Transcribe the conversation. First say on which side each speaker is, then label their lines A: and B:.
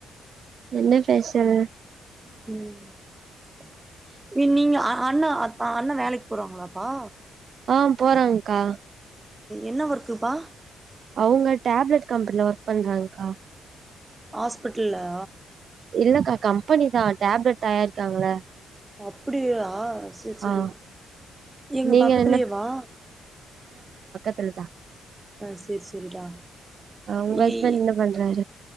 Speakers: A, on the right; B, on the right.
A: என்ன பேசல்
B: ம் நீங்க அண்ணா அ அ அண்ண வேலைக்கு போறாங்களாப்பா
A: ஆ போறங்கா
B: என்ன ஒர்க்குப்பா
A: அவங்க டேப்லெட் கம்பெனில ஒர்க் பண்றாங்கா
B: ஹாஸ்பிட்டல்லா
A: இல்லக்கா கம்பெனி தான் டேப்லெட் தயாரிக்காங்கள
B: அப்படிய ஆ சரி சரி
A: ஆ
B: எங்க
A: நீங்க
B: பக்கத்துலயே
A: என்ன
B: வா
A: கில்லக்கா
B: சரி சரிடா
A: ஆ உங்க ஹஸ்பண்ட்
B: இ
A: என்ன பண்றாரு